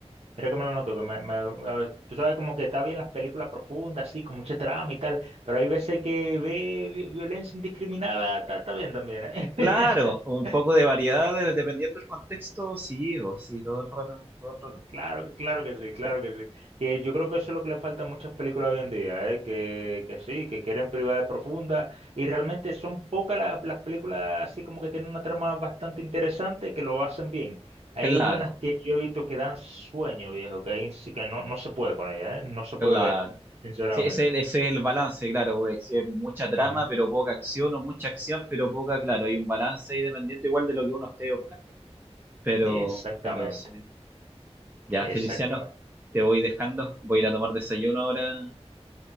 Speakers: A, on the right; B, on the right.
A: Creo que me lo noto, que me, me- a- tú sabes como que está bien las películas profundas, así, con mucha trama y tal, pero hay veces que ve vi- violencia indiscriminada, está, está bien también, ¿eh?
B: Claro, un
A: <laughs>
B: poco de variedad de- dependiendo del contexto, sí, o sí, todo el rato, todo el rato.
A: Claro, claro que sí, claro que sí. Que yo creo que eso es lo que le falta a muchas películas hoy en día, ¿eh? Que, que sí, que quieren privacidad profunda y realmente son pocas las, las películas así como que tienen una trama bastante interesante que lo hacen bien. Hay
B: Claro,
A: unas que yo he visto que dan sueño, viejo, que, ahí sí que no, no se puede con ellas, ¿eh? No se puede
B: claro.
A: ver, sinceramente.
B: Sí, ese, ese es el balance, claro, porque si es mucha trama,
A: Ujú.
B: pero poca acción, o mucha acción, pero poca, claro, hay un balance ahí dependiendo igual de lo que uno esté buscando. Pero,
A: Exactamente,
B: pero sí. Ya,
A: exactamente.
B: Feliciano, te voy dejando, voy a ir a tomar desayuno ahora.